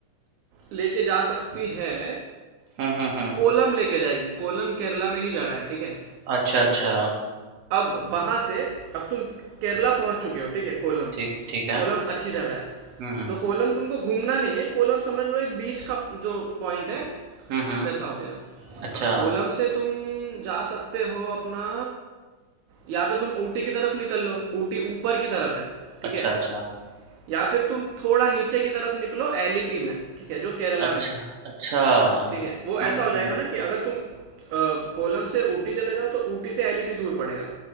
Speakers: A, on the right (about 75°); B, on the right (about 55°).
A: लेके जा सकती है
B: हुँ, हुँ, हुँ।
A: कोलम लेके जाएगी कोलम केरला में ही जगह है ठीक है
B: अच्छा, अच्छा।
A: अब वहां से अब तुम केरला पहुंच चुके हो ठीक है कोलम
B: ठीक ठीक है।
A: कोलम अच्छी जगह है
B: हुँ, हुँ।
A: तो कोलम तुमको घूमना नहीं है कोलम समझ लो एक बीच का जो पॉइंट है
B: हुँ, हुँ।
A: वैसा हो गया
B: अच्छा,
A: अब कोलम से तुम जा सकते हो अपना या तो तुम ऊटी की तरफ निकल लो ऊटी ऊपर की तरफ है ठीक
B: अच्छा,
A: है
B: अच्छा।
A: या फिर तुम थोड़ा नीचे की तरफ निकलो एलिपी में ठीक है जो केरला
B: अच्छा,
A: में है
B: अच्छा।
A: ठीक है वो
B: हुँ,
A: ऐसा
B: हुँ,
A: हो जाएगा
B: हुँ।
A: ना कि अगर तुम अ, कोलम से ऊटी चले जाओ तो ऊटी से एलिपी दूर पड़ेगा